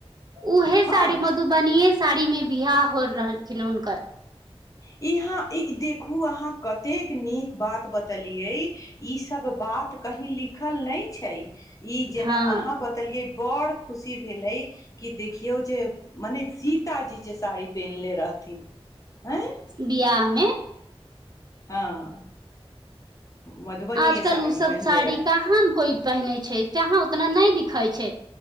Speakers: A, on the right (about 40°); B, on the left (about 30°).
A: ऊहे
B: हँ
A: साड़ी मधुबनीये से साड़ीमे बियाह होल रहलखिन हुनकर
B: इहाँ इ देखू अहाँ कतेक नीक बात बतेलियै ई सब बात कहीं लिखल नहि छै ई जना
A: हँ
B: अहाँ बतैलियै बड़ खुशी भेलै कि देखियौ जे मने सी ताजी जे साड़ी पहिनले रहथिन अंय
A: बिआह मे
B: हँ मधुबनीये
A: आजकल
B: साड़ी
A: ओ सब
B: पहिनले
A: साड़ी
B: रहे
A: कहाँ कोई पहने छै जहाँ उतना नहि दिखय छै